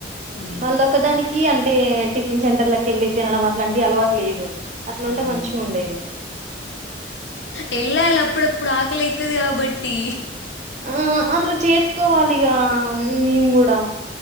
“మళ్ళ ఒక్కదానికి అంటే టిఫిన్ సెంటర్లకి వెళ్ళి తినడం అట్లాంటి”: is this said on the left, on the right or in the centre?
Right